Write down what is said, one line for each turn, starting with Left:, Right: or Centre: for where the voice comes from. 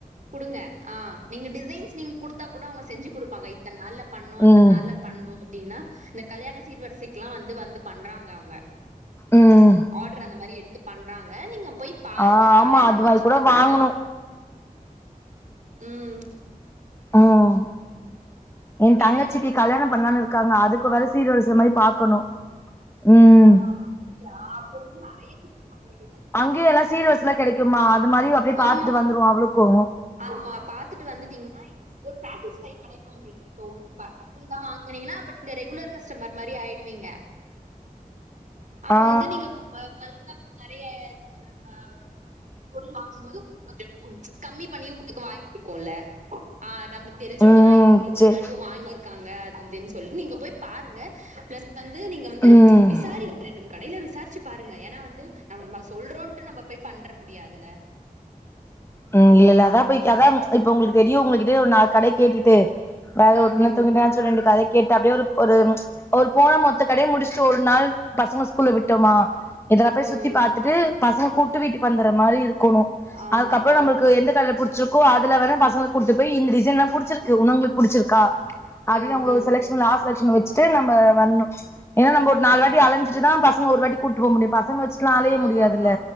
Right: குடுங்க ஆ நீங்க டிசைன்ஸ் நீங்க குடுத்தா கூட அவங்க செஞ்சு குடுப்பாங்க இத்தன நாள்ல பண்ணு அத்தன்
Left: ம்
Right: நாள்ல பண்ணு அப்டின்னா இந்த கல்யாண சீர்வரிசைக்குல்லா வந்து வந்து பண்றாங்க அவங்க
Left: ம்
Right: ஆர்டர் அந்த மாரி எடுத்து பண்றாங்க நீங்க போய் பாருங்க
Left: ஆ
Right: கட
Left: ஆமா
Right: என்னமோ
Left: அது மாரி
Right: சின்ன
Left: கூட
Right: கடதா
Left: வாங்கணு
Right: உம்
Left: ம் என்
Right: கட
Left: தங்கச்சிக்கு
Right: என்னமோ
Left: கல்யாணம்
Right: சின்ன கட
Left: பண்லானு
Right: தா
Left: இருக்காங்க அதுக்கு வற்ற சீர் வரிச மாரி பாக்கணு ம்
Right: ஆஹ் அப்டியா அப்ப வந்து நெறைய வாங்கவேண்டிதா <inaudible>
Left: அங்கேயு எல்லா சீர்வரிசலா கெடைக்குமா அது மாரி அப்டியே பாத்துட்டு
Right: ஆமா
Left: வந்துருவோ அவளுக்கு
Right: ஆமா பாத்துட்டு வந்துட்டீங்னா ஒரு சாடிஸ்ஃபை கெடைக்கு உங்களு இப்ப ஒரு ப கட்டில்தா வாங்கனீங்னா அப்ப நீங்க ரெகுலர் கஸ்டமர் மாரி ஆயிருவீங்க அப்ப
Left: ஆ
Right: வந்து நீங்க வ பல்கா நெறைய ஆ பொருள் வாங்கும் போது கொஞ்சொ கம்மி பண்ணியு குடுக்க வாய்ப்பிருக்குல ஆஹ் நம்ளுக் தெரிஞ்சவங்கதா
Left: ம்
Right: இது <unintelligible> முன்னாடியு
Left: செரி
Right: வாங்கி காங்க அது இதுன் சொல்லி நீங்க போய் பாருங்க பிளஸ் வந்து நீங்க வந்து
Left: ம்
Right: விசாரி கடைல விசாரிச்சு பாருங்க ஏனா வந்து நம்ம சொல்றோன்ட்டு நம்ப போய் பண்ற முடியாதுல
Left: உம் இல்லல்ல அதா போய்ட் அதா ப்ச் இப்ப உங்ளுக் தெரியு உங்க ப்டியே ஒரு நால் கடை கேட்டுட்டு வேற
Right: ம்
Left: ஒன்னுத்துக்கு
Right: ம்
Left: நா <unintelligible> இந்த கடை கேட்ட அப்டியே ஒரு ஒரு போன மொத்த கடைய முடிச்சுட்டு ஒரு நாள் பசங்க ஸ்கூல்ல விட்டோமா இதெல்லா போய்
Right: ம்
Left: சுத்தி பாத்துட்டு பசங்க கூட்டு விட்டுக்கு வந்தற்ற மாரி இரு கொணு
Right: ஆமா
Left: அ கப்புற
Right: ஆமா
Left: நம்ளுக்கு எந்த கட பு ருக்கோ அதுல வேனா பசங்களுக் கூட்டுப் போய் இந்த டிசைன்லா புடிச்சிருக்கு உனங்களுக்கு புடிச்சிருக்கா அப்டீனு
Right: ம்
Left: உங்களோ
Right: ம்
Left: செலக்ஷன் லாஸ் செலக்ஷன் வெ ச்ட்டு நம்ப வரணு ஏனா நாம்போ ஒரு நாலு
Right: ஆமா
Left: வாட்டி அலஞ்சிட்டுதா பசங்க ஒரு வாட்டி கூட்டு போ முடியு பசங்க வச்சுட்லா அலய
Right: ஆமா
Left: முடியாதுல்ல
Right: ஆமா